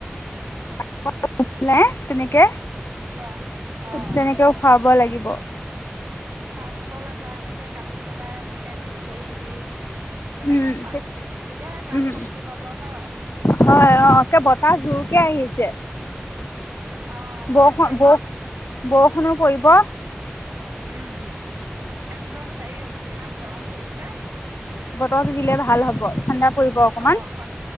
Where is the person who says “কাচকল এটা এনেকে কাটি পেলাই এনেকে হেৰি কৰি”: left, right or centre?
Right